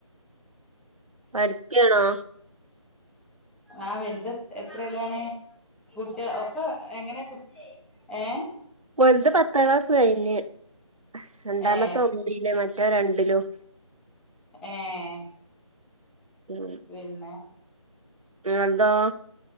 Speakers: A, on the right; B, in the centre.
A: പഠിക്കണോ?
B: ആഹ് വെലുത് എത് എത്രയിലാണ്? കുട്ട്യോള് ഒക്കെ. എങ്ങനെ കുക്ക് ഏഹ്
A: വെലുത് പത്താം ക്ലാസ് കഴിഞ്ഞ്. രണ്ടാമത്തെ
B: ഏ
A: ഒൻമ്പില് മറ്റേ രണ്ടിലും
B: ഏഹ്
A: ങ്
B: പിന്നെ
A: നിങ്ങൾതോ?